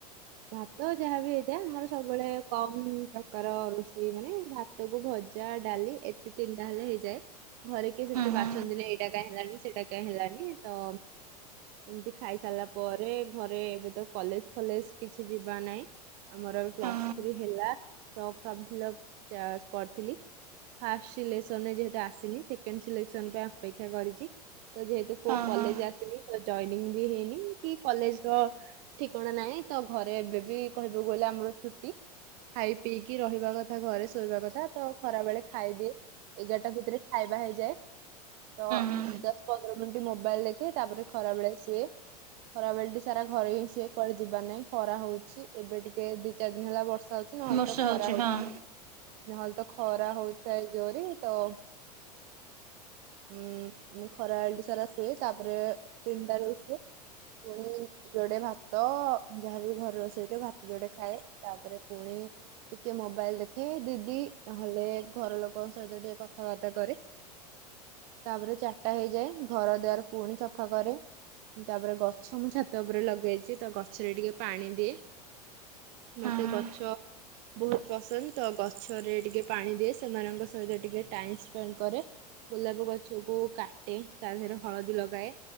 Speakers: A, on the right; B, on the right.
A: ଭାତ ଯାହାବି ହେଇଥାଏ ଆମର ସବୁବେଳେ କମ ପ୍ରକାର ରୋଷେଇ ମାନେ ଭାତ ଭାତକୁ ଭଜା, ଡାଲି ଏତିେ ତିନିଟା ହେଲେ ହେଇଯାଏ ଘରେ କିଏ
B: ହୁଁ
A: ଏତେ
B: ହୁଁ
A: ବାଛନ୍ତି ନା ଏଇଟା କାଇଁ ହେଲାନି ସେଇଟା କାଇଁ ହେଲାନଣି ତ ଏମତି ଖାଇ ସାରିଲା ପରେ ଘରେ ଏବେ ତ କଲେଜ ଫଲେଜ କିଛି ଯିବା ନାଇଁ। ଆମର ଏବେ ପ୍ଲସ
B: ହଁ
A: ଥ୍ରୀ ହେଲା ତ ଫର୍ମ ଫିଲ୍ପ କରିଥିଲି। ଫାଷ୍ଟ ସିଲେସନ ରେ ଯେହେତୁ ଆସିନି ସେକେଣ୍ଡ ସିଲେସନ ଅପେକ୍ଷା କରିଛି ତ ଯେହେତୁ କୋଉ
B: ହଁ
A: କଲେଜ
B: ହଁ
A: ଜଇନିଂ ବି ହେଇନି କି କଲେଜ ର ଠିକଣା ନାହିଁ ତ ଘରେ ଏବେ ବି କହିବାକୁ ଗଲେ ଆମର ଛୁଟି। ଖାଇ ପିଇକି ରହିବା କଥା ଘରେ ଶୋଇବା କଥା ତ ଖରା ବେଳେ ଖାଇଦିଏ। ଏଗାରଟା ଭିତରେ ଖାଇବା ହେଇଯାଏ। ତ
B: ହୁଁ ହୁଁ
A: ଦଶ ପନ୍ଦର ମିନିଟ ମୋବାଇଲ ଦେଖେ ତାପରେ ଖରା ବେଳେ ଶୁଏ। ଖାରବଳଟା ସାରା ଘରେ ହିଁ ସୁଏ କୁଆଡ଼େ ଯିବାରେ ନାହିଁ। ଖରା ହଉଛି ଏବେ ଟିକେ ଦି ଚାରି ଦିନ ହେଲା ବର୍ଷା ହଉଛି। ନହେଲେ
B: ବର୍ଷା
A: ତ
B: ହଉଛି
A: ଖରା ହଉ
B: ହଁ
A: ନହେଲେ ତ ଖରା ହଉଥାଏ ଜୋରେ ତ ଉଁ ମୁଁ ଖରାଳଟି ସାରା ଶୁଏ ତାପରେ ତିନିଟାରେ ଉଠେ ପୁଣି ଯୋଡେ ଭାତ ଯାହାବି ଘରେ ରୋଷେଇଥିବ ଭାତ ଯୋଡେ ଖାଏ ତାପରେ ପୁଣି ଟିକେ ମୋବାଇଲ ଦେଖେ ଦିଦି ନହଲେ ଘର ଲୋକଙ୍କ ସହିତ ଟିକେ କଥାବାର୍ତ୍ତା କରେ। ତାପରେ ଚାରିଟା ହେଇଯାଏ ଘର ଦୁଆର ପୁଣି ସଫା କରେ। ତାପରେ ଗଛ ମୁଁ ଛାତ ଉପରେ ଲଗେଇଚି ତ ଗଛରେ ଟିକେ ପାଣି ଦିଏ।
B: ହୁଁ
A: ମତେ
B: ହୁଁ
A: ଗଛ ବହୁତ୍ ପସନ୍ଦ ତ ଗଛରେ ଟିକେ ପାଣି ଦିଏ ସେମାନଙ୍କ ସହିତ ଟିକେ ଟାଇମ୍ ସ୍ପେଣ୍ଡ୍ କରେ। ଗୋଲାପ ଗଛକୁ କାଟେ ତା ଦେହରେ ହଳଦୀ ଲଗାଏ।